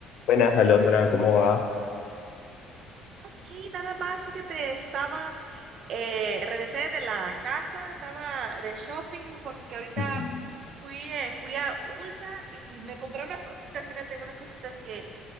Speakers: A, on the left (about 65°); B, on the right (about 60°).
A: Buenas, Alondra, ¿cómo va?
B: Aquí nada más, fíjate, estaba, eh, regresé de la casa, estaba de shopping porque ahorita
A: <laughs>
B: fui, eh, fui a Ulta y me compré unas cositas, fíjate, unas cositas que,